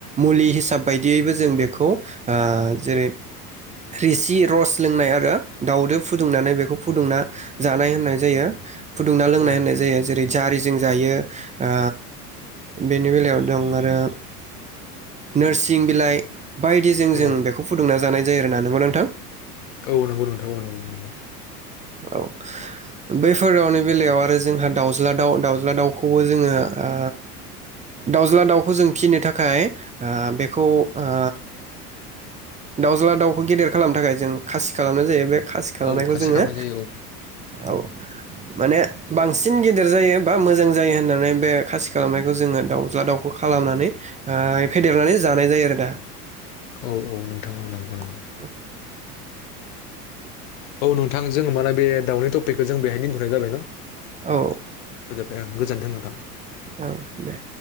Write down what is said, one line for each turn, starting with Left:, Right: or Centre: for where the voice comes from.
Right: मुलि हि हिसाब बायदियैबो जों बेखौ आ जेरै क्रिसि र'स लोंनाय आरो दाउदो फुदुंनानै बेखौ फुदुंना जानाय होननाय जायो । फुदुंना लोंनाय
Left: औ
Right: होननाय जायो जेरै जारिजों जायो ओ बेनि बेलायाव दं आरो नोरसिं बिलाइ बायदिजों
Left: औ
Right: जों बेखौ फुदुंना जानाय जायो आरो ना नंगौना नोंथां
Left: औ नोंगौ नोंथां औ नोंगौ नोंगौ
Right: औ बैफोर दाउनि बेलायाव आरो जोंहा दाउज्ला दाउ दाउज्ला दाउखौबो जोङो आ दाउज्ला दाउखौ जों फिनो थाखाय आ बेखौ आ दावज्लाद देर खालामनो थाखाय जों खासि खालामनाय जायो बे खासि खालामनायखौ
Left: औ खासि
Right: जोङो
Left: खालामनाय जायो
Right: औ माने बांसिन गेदेर जायो बा मोजां जायो होननानै बे खासि खालामनायखौ जोङो दाउज्ला दाउखौ खालामनानै आ फेदेरनानै जानाय जायो आरो दा
Left: औ औ नोंथां औ नंगौ नंगौ ।
Right: <inaudible>
Left: औ नुन थां जों माने बे दाउनि टपिकखौ जों बेहायनो दोनथ'नाय जाबाय न ।
Right: औ
Left: फोजोबबाय ओं गोजोन्थों ओं । <unintelligible>
Right: ओ दे।